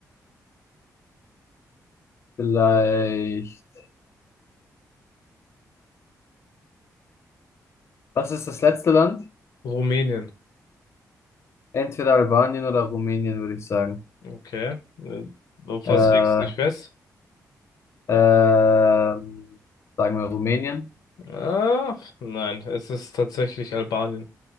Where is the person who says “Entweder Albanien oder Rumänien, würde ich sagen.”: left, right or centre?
Left